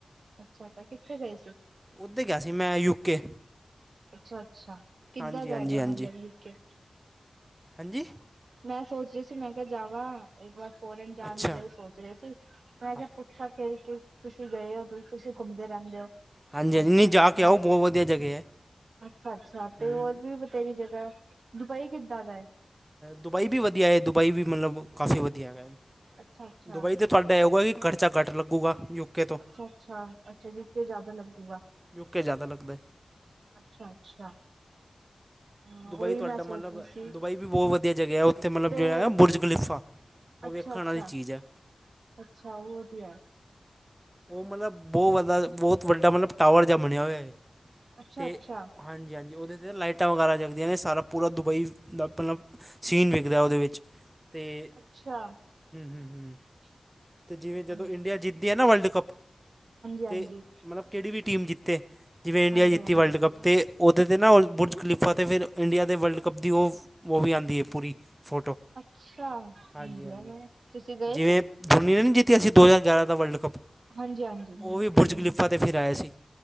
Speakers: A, on the right (about 70°); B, on the right (about 15°).
A: ਅੱਛਾ- ਅੱਛਾ ਕਿੱਥੇ ਗਏ ਸੀ?
B: ਉੱਧਰ ਗਿਆ ਸੀ ਮੈਂ, ਯੂਕੇ।
A: ਅੱਛਾ ਅੱਛਾ, ਕਿੱਦਾਂ
B: ਹਾਂਜੀ
A: ਦਾ
B: ਹਾਂਜੀ
A: ਹੈਗਾ
B: ਹਾਂਜੀ
A: ਮਤਲਬ ਯੂਕੇ?
B: ਹਾਂਜੀ?
A: ਮੈਂ ਸੋਚ ਰਹੀ ਸੀ, ਮੈਂ ਕਿਹਾ ਜਾਵਾਂ, ਇੱਕ ਵਾਰ ਫੋਰਨ ਜਾਣ
B: ਅੱਛਾ
A: ਲਈ ਸੋਚ ਰਹੇ ਸੀ। ਮੈਂ
B: ਹਾਂ।
A: ਕਿਹਾ ਪੁੱਛਾਂ ਫਿਰ ਕੀ, ਤੁਸੀਂ ਗਏ ਹੋ, ਤੁਸੀਂ ਘੁੰਮਦੇ ਰਹਿੰਦੇ ਹੋ।
B: ਹਾਂਜੀ ਹਾਂਜੀ
A: ਅੱਛਾ
B: ਨਹੀਂ ਜਾ ਕੇ ਆਓ
A: ਮੈਂ,
B: ਬਹੁਤ ਵਧੀਆ ਜਗ੍ਹਾ ਹੈ
A: ਅੱਛਾ -ਅੱਛਾ,
B: ਹੂੰ,
A: ਤੇ ਹੋਰ ਵੀ ਬਥੇਰੀ ਜਗ੍ਹਾ। ਦੁਬਈ ਕਿੱਦਾਂ ਦਾ ਹੈ?
B: ਦੁਬਈ ਵੀ ਵਧੀਆ ਹੈ, ਦੁਬਈ ਵੀ ਮਤਲਬ ਕਾਫੀ ਵਧੀਆ ਹੈ।
A: ਅੱਛਾ ਅੱਛਾ
B: ਦੁਬਈ ਤੇ ਤੁਹਾਡਾ ਇਹ ਹੋਊਗਾ, ਕਿ ਖਰਚਾ ਘੱਟ ਲੱਗੂਗਾ ਯੂਕੇ ਤੋਂ।
A: ਅੱਛਾ ਅੱਛਾ ਅੱਛਾ, ਯੂ ਕੇ ਜ਼ਿਆਦਾ ਲੱਗੂਗਾ।
B: ਯੂ ਕੇ ਜ਼ਿਆਦਾ ਲੱਗਦਾ।
A: ਅੱਛਾ, ਅੱਛਾ। ਹਾਂ,
B: ਦੁਬਈ
A: ਉਹੀ
B: ਤੁਹਾਡਾ
A: ਮੈਂ ਸੋਚ
B: ਮਤਲਬ,
A: ਰਹੀ ਸੀ
B: ਦੁਬਈ ਵੀ ਬਹੁਤ ਵਧੀਆ ਜਗ੍ਹਾ ਹੈ। ਉੱਥੇ ਮਤਲਬ
A: ਤੇ
B: ਜੋ ਹੈ, ਬੁਰਜ ਖਲੀਫਾ ਉਹ
A: ਅੱਛਾ
B: ਵੇਖਣ
A: ਅੱਛਾ
B: ਵਾਲੀ ਚੀਜ਼ ਆ।
A: ਅੱਛਾ, ਉਹ ਵਧੀਆ ਐ।
B: ਉਹ ਮਤਲਬ ਬਹੁਤ ਵਦਾ, ਬਹੁਤ ਵੱਡਾ ਮਤਲਬ ਟਾਵਰ ਜਿਹਾ ਬਣਿਆ ਹੋਇਆ ਹੈ।
A: ਅੱਛਾ,
B: ਅਤੇ
A: ਅੱਛਾ।
B: ਹਾਂਜੀ ਹਾਂਜੀ, ਉਹਦੇ ਤੇ ਲਾਈਟਾਂ ਵਗੈਰਾ ਜਗਦੀਆਂ ਨੇ, ਸਾਰਾ ਪੂਰਾ ਦੁਬਈ ਦਾ ਮਤਲਬ, ਸੀਨ ਵਿਖਦਾ ਉਹਦੇ ਵਿੱਚ ਤੇ,
A: ਅੱਛਾ
B: ਹੂ ਹੂ।
A: <unintelligible>
B: ਤੇ ਜਿਵੇਂ ਜਦੋਂ,
A: ਹਾਂਜੀ
B: ਇੰਡੀਆ ਜਿੱਤਦੀ ਹੈ ਨਾ ਵਰਲਡ ਕੱਪ
A: ਹਾਂਜੀ
B: ਤੇ ਮਤਲਬ ਕਿਹੜੀ ਵੀ ਟੀਮ ਜਿੱਤੇ, ਜਿਵੇਂ ਇੰਡੀਆ
A: ਹਾਂਜੀ
B: ਜਿੱਤੀ
A: ਹਾਂਜੀ
B: ਵਰਲਡ ਕੱਪ, ਤੇ ਉਹਦੇ ਤੇ ਨਾ ਬੁਰਜ ਖਲੀਫਾ ਤੇ ਫਿਰ ਇੰਡੀਆ ਦੇ ਵਰਲਡ ਕੱਪ ਦੀ ਉ ਉਹ ਵੀ ਆਉਂਦੀ ਹੈ ਪੂਰੀ ਫੋਟੋ,
A: ਅੱਛਾ ਵਧੀਆ
B: ਹਾਂਜੀ- ਹਾਂਜੀ
A: ਵਾ ਤੁਸੀਂ ਗਏ
B: ਜਿਵੇਂ
A: ਸੀ?
B: ਜੂਨੀਅਨ ਨੀ ਜਿੱਤਿਆ ਸੀ ਦੋ ਹਜ਼ਾਰ ਗਿਆਰਾਂ ਦਾ ਵਰਲਡ ਕੱਪ।
A: ਹਾਂਜੀ ਹਾਂਜੀ।
B: ਉ ਵੀ ਬੁਰਜਖਲੀਫਾ ਤੇ ਫਿਰ ਆਇਆ ਸੀ।